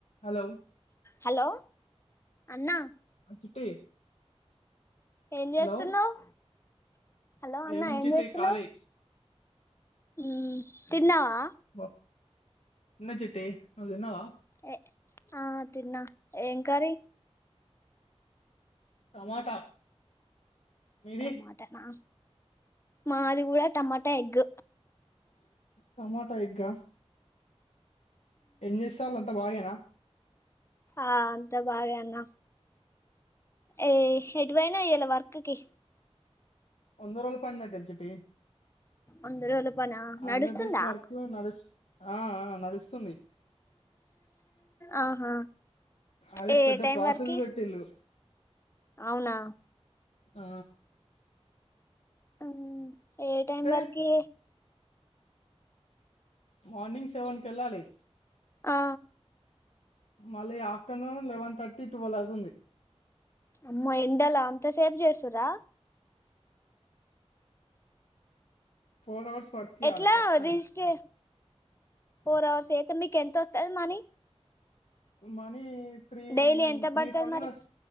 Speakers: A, on the left; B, on the left.
A: Hello
B: hello అన్నా
A: ఆ చిట్టి
B: ఏం చేస్తున్నావు్
A: హలో
B: హలో అన్నా
A: ఏముంది
B: ఏం
A: చిట్టి
B: చేస్తున్నావు్
A: ఖాళీ
B: ఉ తిన్నావా
A: బ తిన్న చిట్టి నువ్వు తిన్నావా
B: ఏ ఆ తిన్నా ఏం కార్రి
A: టమాటా మీది
B: టమాట నా మాదిగూడ టమాట ఎగ్
A: టమాటా ఎగ్గ ఆ ఎం చేస్తారు అంత బాగేనా
B: ఆ అంతా బాగాే అన్న ఏ ఎటువైనా ఎ వర్క్ కి
A: వంద రోజులు పన్లేకీ చిట్టి
B: అందులో రుపన
A: హండ్రెడ్
B: నడుస్తుందా
A: డేస్ వర్క్ నడుస్ ఆ నడుస్తూ తుంది
B: ఆహా
A: అది
B: ఏ
A: పెద్ద
B: టైం
A: ప్రాసెస్
B: వరకి
A: పెట్టిళు
B: అవునా
A: ఆ
B: అ ఏ టైం
A: అయితే
B: వర్ కి
A: మార్నింగ్ సెవెన్కి వెళ్ళాలి
B: ఆ
A: మళ్ళీ ఆఫ్టర్నూన్ లెవెన్ థర్టీ ట్వెల్వ్ అవుతుంది
B: అమ్ ఓ ఎండలో అంత సేపు చేస్తురా
A: ఫోర్ అవర్స్ వర్క్ చేయాలి
B: ఎట్లా
A: ఖచ్చితంగా
B: రిజిస్ట్ ఫోర్ అవర్స్ అయితే మీకు ఎంత వస్తది మనీ
A: మనీ త్రీ
B: డైలీ ఎంత
A: త్రీ
B: పడుతది
A: థౌజెండ్
B: మరి
A: వస్